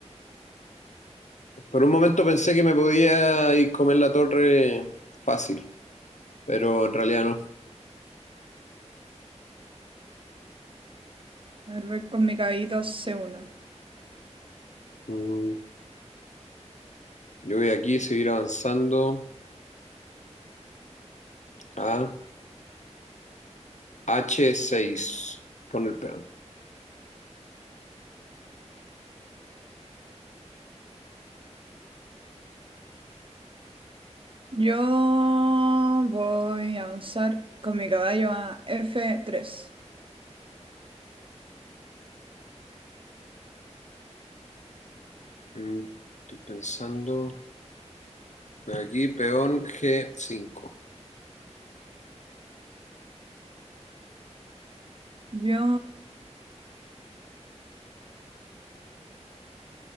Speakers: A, on the left; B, on the right.
A: Por un momento pensé que me podía ir comer la torre fácil, pero en realidad no.
B: A ver, voy con mi caballito a c uno.
A: Mm, Yo voy aquí a seguir avanzando a H6 con el peón.
B: Yo voy a avanzar con mi caballo a f tres.
A: Mm, Estoy pensando. Voy aquí, peón G5.
B: Yo,